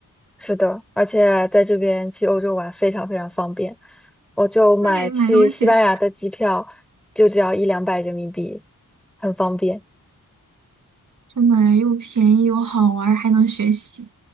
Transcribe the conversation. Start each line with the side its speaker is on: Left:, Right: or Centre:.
Centre: 是的，而且在这边去欧洲玩非常非常方便。我就买去西班牙的机票，
Right: 对，买东西
Centre: 就只要一两百人民币，很方便。
Right: 真的又便宜又好玩儿，还能学习，